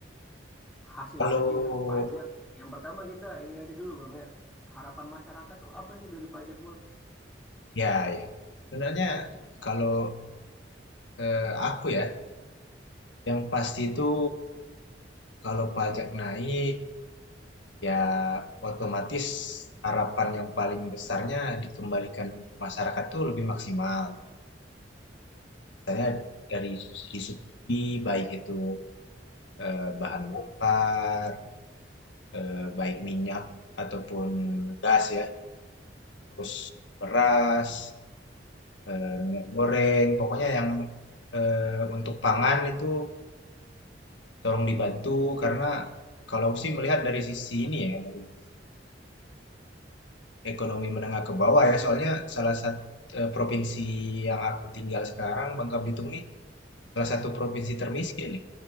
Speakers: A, in the centre; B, on the left.
A: hasil
B: Kalau
A: akhir pajak. Yang pertama kita ini aja dulu Bang ya. Harapan masyarakat tuh apa sih dari pajak Bang?
B: ya, ya. Sebenarnya kalau eh, aku ya, yang pasti itu kalau pajak naik Ya, otomatis harapan yang paling besarnya dikembalikan ke masyarakat tuh lebih maksimal. Misalnya dari subsidi-subsidi, baik itu eh, bahan bakar, eh, baik minyak ataupun gas ya, terus beras, eh, minyak goreng, pokoknya yang eh, untuk pangan itu tolong dibantu karena kalau aku sih melihat dari sisi ini ya, dari sisi Ekonomi menengah ke bawah ya, soalnya salah satu provinsi yang aku tinggal sekarang, Bangka Belitung nih, salah satu provinsi termiskin nih